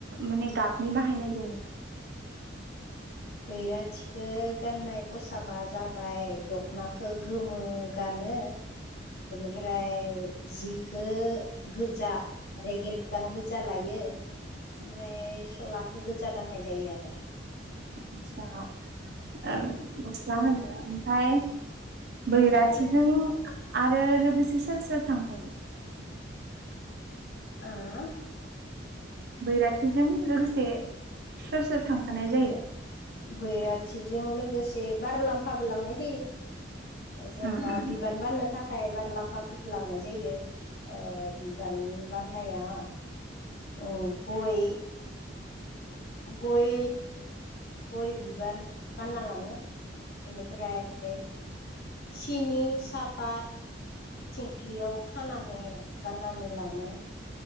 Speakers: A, on the right; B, on the left.
A: माने गाबनि बाहायनाय जायो?
B: बैराथिखौ गाननाय खसाबा जाबाय दखनाखौ गोमो गान नो। बेनिफ्राय जिखो गोजा रेगे-रेगां गोजा लायो। ओमफ्राय सलाखौ गोजा गाननाय जायो आरो।
A: आतसा ओ गस्ला होनो ओमफाय बैराथिजों
B: खोनायाखैलै
A: आरो लोगोसे सोर सोर थांफायो?
B: ओ
A: बैराथिजों लोगोसे सोर-सोर थांफानाय जायो?
B: बैराथिजों लोगोसे बारलाम्फाबो लांनाय जायो। जेनेबा
A: उम उम
B: बिबान बाननो थाखाय बा रलाम्फाफोरफोरखौ लांनाय जायो ओ बिबान बाननाया ओ गय गय गय बिबार बानना लाङो। बेनिफ्राय सिनि सापात। थिंख्लियाव खानानै बाननानै लाङो।